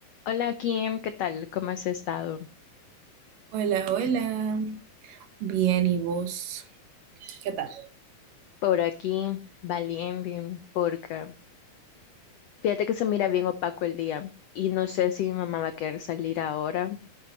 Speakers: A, on the left; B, on the right.
A: Hola Kim, ¿qué tal? ¿Cómo has estado?
B: Hola, hola. Bien, ¿y vos? ¿Qué tal?
A: Por aquí, valiente, porque fíjate que se mira bien opaco el día y no sé si mi mamá va a querer salir ahora